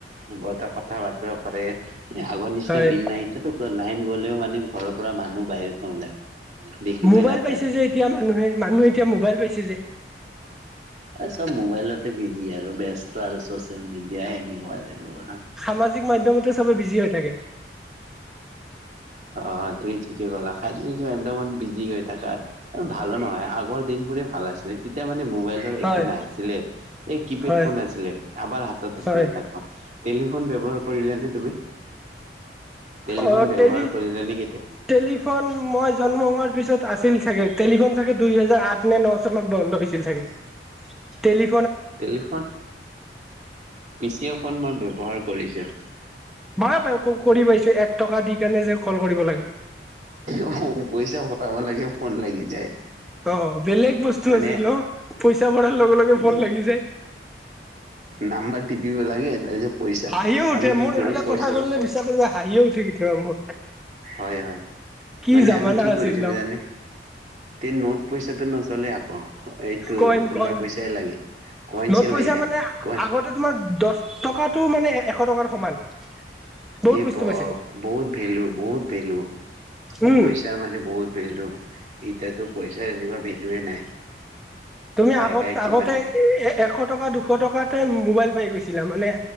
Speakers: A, on the right; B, in the centre.
A: কিবা এটা কথা বতৰা কৰে এই আগৰ নিচিনা
B: হয়
A: দিন নাই, এতিয়াতো লাইন গ'লেও মানে ঘৰৰ পৰা মানুহ বাহিৰ নোলায়। দেখিবই
B: মোবাইল
A: নাপায়।
B: পাইছে যে এতিয়া মানুহে মানুহে এতিয়া মোবাইল লইছে যে।
A: চ'ব মোবাইলতে বিজি আৰু ব্যস্ত আৰু চচিয়েল মিডিয়া এনেকুৱা।
B: সামাজিক মাধ্যমতে চবে বিজি হৈ থাকে।
A: অ' তুমি ঠিকে ক'লা <unintelligible> বিজি হৈ থাকা ভালো নহয় আগৰ দিন। বোৰে ভাল আছিলে তেতিয়া মানে। মোবাইল
B: হয়
A: একো নাছিলে এই কি পেড
B: হয়
A: ফোন আছিলে কাৰবাৰ হাতত আছিলে
B: হয়
A: তাকো টেলি টেলিফোন ব্যৱহাৰ কৰিছানে তুমি? টেলিফোন
B: অ'
A: ব্যৱহাৰ
B: টেলি
A: কৰিলা নে কেতিয়া
B: টেলিফোন মই জন্ম হোৱাৰ পিছত আছিল চাগে টেলিফোন দুই হাজাৰ আঠ নে ন চনত বন্ধ হৈছিল চাগে। টেলি
A: টেলিফোন পিচিঅ'ফোন মই ব্যৱহাৰ কৰিছো।
B: ময়ো ব্যৱ কৰি পাইছো এক টকা দি কেনে যে কল কৰিব লাগে
A: অ' পইচা পতাব লাগে ফোন লাগি যায়।
B: অ' বেলেগ বস্তু
A: মানে
B: আছিল ন পইচা ভৰাৰ লগে লগে ফোন
A: ই
B: লাগি যায়।
A: নাম্বাৰ টিপিব লাগে। তাৰপিছত পইচা
B: হাঁহিও উঠে,
A: আমি কি
B: মোৰ
A: কৰো
B: এইবিলাক
A: পইচা
B: কথা শুনিলে বিশ্বাস কৰিবা হাঁহিয়ে উঠে কেতিয়াবা মোৰ।
A: হয়, হয়,
B: কি
A: মানে
B: জামানা
A: আমি কি
B: আছিল
A: কৰিছিলো
B: ন
A: জানে তিন নোট। পইচাটো নচলে আকৌ এইটো
B: কইন
A: খোলা
B: কইন
A: পইচাহে লাগে। কইনছে
B: নোট পইচা
A: লাগে
B: মানে
A: কইন
B: আগতে তোমাৰ দহ টকাটো মানে এশ টকাৰ সমান। বহুত
A: এই
B: বস্তু
A: বা
B: পাইছিল
A: বহুত ভেলু বহুত ভেলু।
B: উম
A: পইচাৰ মানে বহুত ভেলু এতিয়াতো পইচাৰ এনেকুৱা ভেলুৱেই নাই।
B: তুমি
A: কাই
B: আগতে
A: কাই কিমান
B: আগতে এ এশ টকা দুশ টকাত তে মোবাইল পাই গৈছিলা মানে